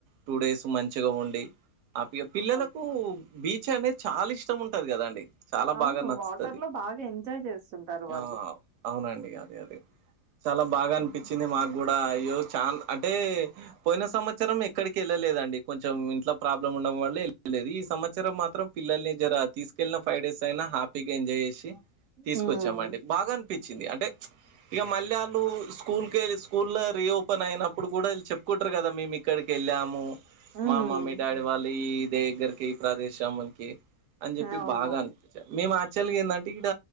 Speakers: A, on the right; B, on the right.
A: టూ డేస్ మంచిగా ఉండి ఆ పిల్లలకు
B: ఓకే.
A: బీచ్ అంటే చాలా ఇష్టం ఉంటాది కదా అండి చాలా
B: అవును.
A: బాగా నచ్చుతాది
B: వాటర్‌లో బాగా ఎంజాయ్ జేస్తుంటారు వాళ్ళు.
A: ఆ అవునండి అదే అదే చాలా బాగా అనిపించింది
B: హ్మ్.
A: మాకు కూడా చా అంటే పోయిన సంవత్సరం ఎక్కడికి వెళ్ళలేదండి కొంచెం ఇంట్లో ప్రాబ్లం ఉండడం వల్ల లేదు ఈవత్సరం మాత్రం పిల్లల్ని జర తీసుకెళ్లిిన ఫైవ్ డేస్ అయినా హ్యాపీగా ఎంజాయ్ చేసి తీసుకొచ్చామండి
B: హ్మ్.
A: బాగా అనిపించంది వచ్చింది అంటే ఇక మళ్ళీ వాళ్ళు స్కూల్ క వెళ్ళి స్కూల్ రియో పన అయినప్పుడు కూడాు చెప్పుకుంటారు కదా మేము ఇక్కడికి వెళ్ళాము
B: హ్మ్.
A: మా మమ్మీ డాడీ వాళ్ళు దగ్గరికి ఈ ప్రదేశం మనకి అని చెప్పి
B: అవునవును.
A: బాగా అనిపించారు మేము చ్చల్గా ఏంటంటే ఇక్కడ